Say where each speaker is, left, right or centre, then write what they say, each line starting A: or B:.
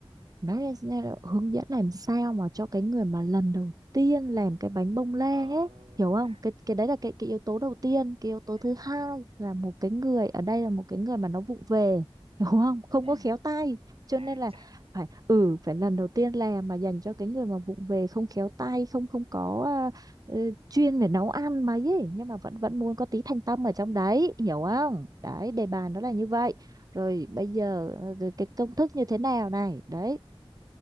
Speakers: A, on the right; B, on the right.
A: Nói là nghe là hướng dẫn làm sao mà cho cái người mà lần đầu tiên làm cái bánh bông lan
B: ờ
A: ấy hiểu không
B: chà
A: cái cái đấy là cái cái yếu tố đầu tiên cái yếu tố
B: ừ
A: thứ hai là một cái người ở đây là một cái người mà nó vụng về hiểu không không
B: ừ
A: có khéo tay cho
B: ai
A: nên là
B: chà
A: phải ừ phải lần đầu tiên làm mà dành cho cái người mà vụng về không khéo tay không không có à, ờ, chuyên về nấu ăn mà ấy nhưng mà vẫn vẫn muốn có tí thanh tâm ở trong đấy hiểu
B: ừ
A: không đấy đề bài nó là như vậy rồi bây giờ ờ, cái cái công thức như thế nào này đấy